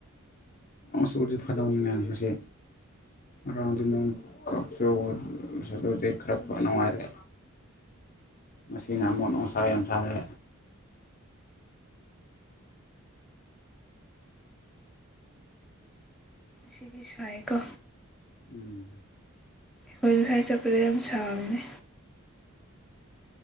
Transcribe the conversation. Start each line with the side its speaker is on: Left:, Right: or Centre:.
Left: ꯉ ꯁꯗꯤ ꯐꯠꯍꯧ ꯃ ꯃꯌꯥꯝꯕꯁꯦ ꯑ
Centre: ꯀꯩꯒꯤ
Left: ꯀꯛꯆꯨ ꯑꯗꯨꯗꯤ ꯈꯔ ꯈ ꯅꯨꯡꯉꯥꯏꯔꯦ ꯃꯁꯤꯅ ꯑꯃꯣꯠ ꯅꯨꯡꯁꯥ ꯌꯥꯝ ꯁꯥꯔꯦ
Centre: ꯁꯤꯒꯤ ꯁꯑꯀꯣ
Left: ꯎꯝ
Centre: ꯍꯣꯏ ꯉꯁꯥꯏ ꯆꯠꯄꯗ ꯌꯥꯝ ꯁꯥꯕꯅꯦ